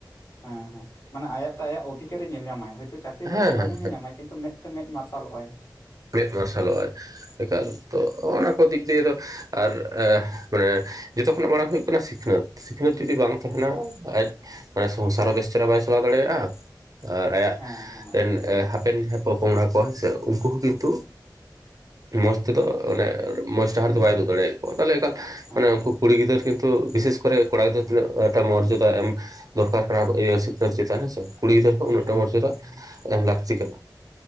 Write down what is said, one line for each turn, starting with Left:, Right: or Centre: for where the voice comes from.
Left: ᱦᱮᱸ ᱦᱮᱸ᱾ ᱢᱟᱱᱮ ᱟᱭᱟᱜ ᱛᱮ ᱟᱭᱟᱜ ᱚᱫᱷᱤᱠᱮᱨᱮ ᱧᱮᱞ ᱧᱟᱢᱟᱭ, ᱦᱳᱭᱛᱳ ᱪᱟᱹᱠᱨᱤ-ᱵᱟᱹᱠᱨᱤ
Right: ᱦᱮᱸ
Left: ᱵᱟᱝ
Right: ᱦᱮᱸ
Left: ᱮ ᱧᱮᱞ ᱧᱟᱢᱟᱭ ᱠᱤᱱᱛᱩ ᱢᱮᱫ ᱛᱮ ᱢᱮᱫ ᱢᱟᱨᱥᱟᱞᱚᱜᱼᱟᱭ᱾
Right: ᱢᱮᱫ ᱢᱟᱨᱥᱟᱞᱚᱜᱼᱟᱭ ᱮᱠᱟᱞ᱾
Left: ᱦᱮᱸ
Right: ᱛᱚ ᱦᱚᱱᱟ ᱠᱚ ᱫᱤᱠ ᱫᱤᱭᱮ ᱫᱚ ᱟᱨ ᱮ ᱢᱟᱱᱮ ᱡᱚᱛᱚ ᱠᱷᱚᱱᱟᱜ ᱢᱟᱲᱟᱝ ᱦᱩᱭᱩᱜ ᱠᱟᱱᱟ ᱥᱤᱠᱷᱱᱟᱹᱛ᱾ ᱥᱤᱠᱷᱱᱟᱹᱛ ᱡᱩᱫᱤ ᱵᱟᱝ ᱛᱟᱦᱮᱱᱟ ᱟᱡ ᱢᱟᱱᱮ ᱥᱚᱝᱥᱟᱨ ᱦᱚᱸ ᱵᱮᱥ ᱪᱮᱦᱨᱟ ᱵᱟᱭ ᱪᱟᱞᱟᱣ ᱫᱟᱲᱮᱭᱟᱜᱼᱟ᱾ ᱟᱨ ᱟᱭᱟᱜ
Left: ᱦᱮᱸ ᱦᱮᱸ ᱮᱠᱫᱚᱢ
Right: ᱮᱱ ᱮ
Left: ᱮᱠᱫᱚᱢ
Right: ᱦᱟᱯᱮᱱ ᱡᱟᱦᱟᱸᱭ ᱯᱚ-ᱯᱚᱝᱲᱟ ᱠᱚᱣᱟ ᱥᱮ ᱩᱱᱠᱩ ᱦᱚᱸ ᱠᱤᱱᱛᱩ ᱢᱚᱡᱽ ᱛᱮ ᱫᱚ ᱚᱱᱮ ᱢᱚᱡᱽ ᱰᱟᱦᱟᱨ ᱫᱚ ᱵᱟᱭ ᱩᱫᱩᱜ ᱫᱟᱲᱮᱭᱟ ᱠᱚᱣᱟ ᱛᱟᱦᱚᱞᱮ ᱮᱠᱟᱞ
Left: ᱦᱮᱸ
Right: ᱢᱟᱱᱮ ᱩᱱᱠᱩ ᱠᱩᱲᱤ ᱜᱤᱫᱽᱟᱹᱨ ᱠᱤᱱᱛᱩ ᱵᱤᱥᱮᱥ ᱠᱚᱨᱮ ᱠᱚᱲᱟ ᱜᱤᱫᱽᱨᱟᱹ ᱛᱤᱱᱟᱹᱜᱴᱟ ᱢᱳᱨᱡᱟᱫᱟ ᱮᱢ ᱫᱚᱨᱠᱟᱨ ᱠᱟᱱᱟ ᱤᱭᱟᱹ ᱥᱤᱠᱷᱱᱟᱹᱛ ᱪᱮᱛᱟᱱ ᱦᱮᱸ ᱥᱮᱺ ᱠᱩᱲᱤ ᱜᱤᱫᱽᱟᱹᱨ ᱩᱱᱟᱹᱜᱴᱟ
Left: ᱦᱮᱸ
Right: ᱢᱚᱨᱡᱟ
Left: ᱦᱮᱸ
Right: ᱮᱢ ᱞᱟᱹᱠᱛᱤ ᱠᱟᱱᱟ